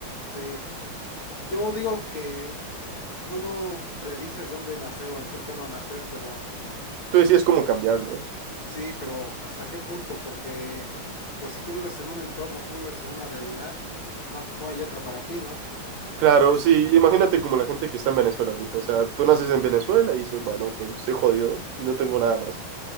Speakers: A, on the left (about 45°); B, on the right (about 80°).
A: sí. Yo digo que Tú no predices dónde nacer o en qué entorno nacer, pero
B: Tú decides cómo cambiarlo.
A: sí, pero ¿hasta qué punto? Porque, pues si tú vives en un entorno, tú vives en una realidad, no, no hay otra para ti, ¿no?
B: Claro,
A: Neces-
B: sí, imagínate como la gente que está en Venezuela ahorita. O sea, tú naces en Venezuela y dices, bueno, ok, estoy jodido y no tengo nada más.